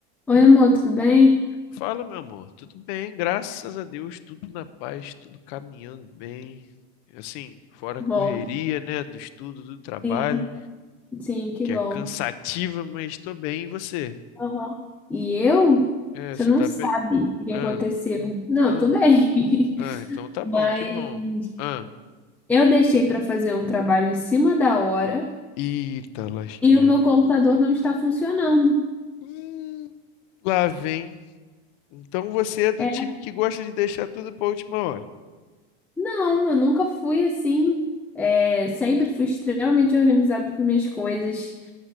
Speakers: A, in the centre; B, on the left.
A: Oi, amor, tudo bem?
B: Fala, meu amor. Tudo bem, graças a Deus, tudo na paz, tudo caminhando bem. Assim, fora
A: Bom,
B: a correria, né, do estudo, do trabalho,
A: sim. Sim, que
B: que
A: bom.
B: é cansativa, mas tô bem. E você?
A: Aham. E eu?
B: É,
A: Você
B: você
A: não
B: tá
A: sabe
B: bem?
A: o que
B: Ah,
A: aconteceu. Não,
B: ah,
A: eu tô bem. <laughs>
B: ah, então tá
A: Mas
B: bom, que bom. Ah,
A: eu deixei pra fazer um trabalho em cima da hora
B: eita lasqueira.
A: e o meu computador não está funcionando.
B: Hum, lá vem. Então você é do
A: É,
B: time que gosta de deixar tudo pra última hora.
A: não, eu nunca fui assim. É, sempre fui extremamente organizada com minhas coisas.